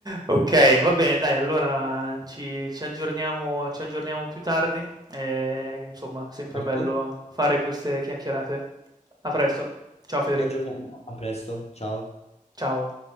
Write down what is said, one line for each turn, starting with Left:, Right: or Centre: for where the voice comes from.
Right: Okay, va bene dai, allora ci ci aggiorniamo ci aggiorniamo più tardi, ehm, insomma sempre
Left: Certo,
Right: bello fare queste chiacchierate. A presto. Ciao Federico.
Left: ci aggiorniamo, a presto, ciao.
Right: Ciao.